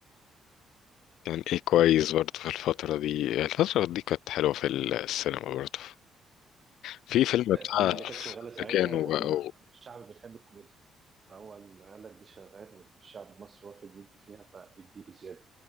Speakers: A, on the left; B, on the right.
A: كان ايه كويس برضه في الفترة دي الفترة دي كانت حلوة في السينما برضه في فيلم
B: الكوميديا
A: بتاع
B: اللي كانت شغالة ساعتها
A: افريكانو بقى
B: واحنا الشعب بنحب الكوميديا فهو اللي قال لك دي شغال والشعب المصري واخد يدي فيها فيديله زيادة